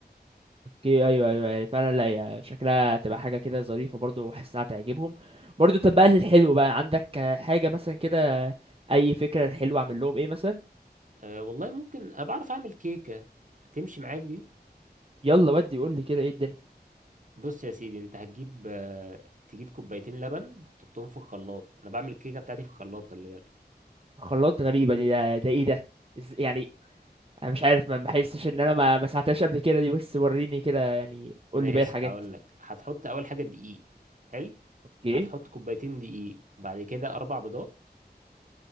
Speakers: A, on the right; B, on the right.
A: اوكي ايوه ايوه أيوة، فعلا لا هي شكلها تبقى حاجه كده ظريفه برضو وحاسسها تعجبهم برضو طب بقى للحلو بقى عندك آه، حاجه مثلا كده اي فكره حلوه اعمل لهم ايه مثلا
B: أه والله ممكن انا بعرف اعمل كيكة تمشي معاك دي
A: يلا ودي قول لي كده ايه الدنيا
B: بص يا سيدي انت هتجيب آه، تجيب كوبايتين لبن تحطهم في الخلاط انا بعمل الكيكة بتاعتي في الخلاط خلي بالك
A: خلاط غريبه دي ده, ده ايه ده إز- يعني انا مش عارف ما بحسش ان انا ما ما ساعدتهاش قبل كده دي بس وريني كده يعني قول
B: ماشي
A: لي باقي الحاجات
B: هقول لك هتحط اول حاجه دقيق حلو
A: اوكي
B: هتحط كوبايتين دقيق وبعد كده اربع بيضات